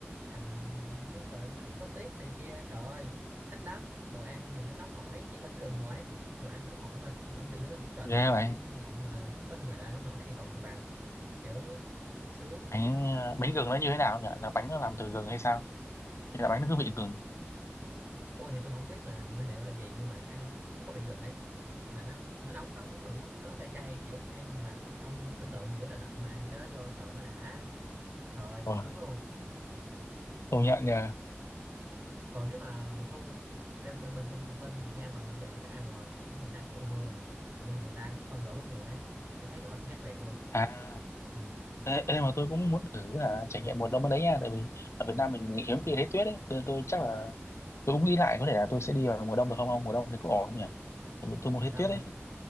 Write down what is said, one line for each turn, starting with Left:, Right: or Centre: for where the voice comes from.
Right: thành nó gọi là nó có tuyết này kia trời ơi thích lắm đồ ăn thì nó nóng hổi như bánh gừng rồi ấy. đồ ăn nóng hổi mà ông đi giữa trời
Left: ghê
Right: tiết
Left: vậy
Right: lạnh mà có mà đồ ăn nóng nổi thì còn gì bằng kiểu sướng
Left: bánh ờ, bánh gừng nó như thế nào nhỉ là bánh nó làm từ gừng hay sao hay là bánh nó cứ vị gừng
Right: tôi thì tôi không biết là nguyên liệu là gì nhưng mà ăn nó nó có vị gừng ấy mà nó nó nóng nóng rồi nó nó cay cay kiểu ăn mà ông tưởng tượng giữa trời lạnh mà ăn cái đó vô trời nó đã trời
Left: ồ
Right: sướng luôn
Left: công nhận nhỉ
Right: còn nếu mà mùa thu ra bên bên bên bên Việt Nam mình bây giờ chỉ có hai mùa là kiểu mùa nắng với mùa mưa còn bên người ta phân rõ bốn mùa ấy kiểu thấy rõ sự khác biệt luôn
Left: à
Right: ừ,
Left: ê, ê, mà tôi cũng muốn thử là trải nghiệm mùa đông ở đấy nha tại vì ở Việt Nam mình hiếm
Right: ừ.
Left: khi thấy tuyết ấy nên tôi chắc là tôi cũng nghĩ lại có thể là tôi sẽ đi vào mùa đông được không ông mùa đông thì cũng ổn không nhỉ tại vì tôi muốn
Right: mùa
Left: thấy
Right: đông
Left: tuyết
Right: hả
Left: ấy